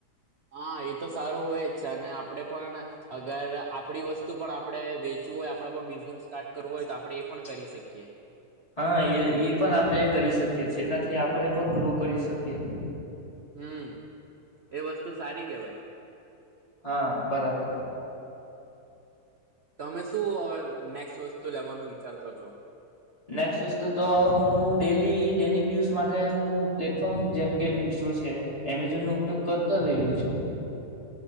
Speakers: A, on the right; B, on the left.
A: હા એ તો સારું હોય જ છે અને આપડે પણ અગર આપણી વસ્તુ પણ આપડે વેચી હોય આપ પણ બિઝનેસ સ્ટાર્ટ કરવું હોય તો આપડે એ પણ કરી શકીએ
B: હા એ એ પણ આપણે કરી શકીએ છેનાથી આપણે પણ ગ્રો કરી શકીએ
A: હમ એ વસ્તુ સારી કેવાય
B: હા બરાબર
A: તમે શું હવે નેક્ વસ્તુ લેવાનું વિચારતો છો
B: નેક્સ્ટ વસ્તુ તો હું ડેલી ડેનિક યુઝ માટે હું પ્લેટફોર્મ જેમકે મિશો છે એમેઝોનનોો ઉપયોગ કરતો રહ્યો છું